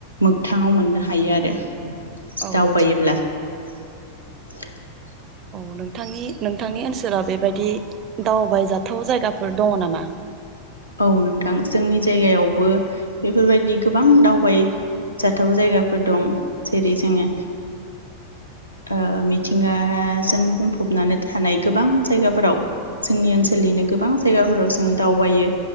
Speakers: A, on the left; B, on the right.
A: मोगथाङाव मोननो हायो आरो
B: औ
A: दावबायोब्ला <inaudible>
B: औ नोंथांनि नोंथांनि ओनसोलाव बेबायदि दावबायजाथाव जायगाफोर दङ नामा
A: औ नोंथां जोंनि जायगायावबो बेफोरबायदि गोबां दावबायजाथाव जायगाफोर दं जेरै जोङो ओ मिथिंगाजों बुंफबनानै थानाय गोबां जायगाफोराव जोंनि ओनसोलनिनो गोबां जायगाफोराव जोङो दावबायो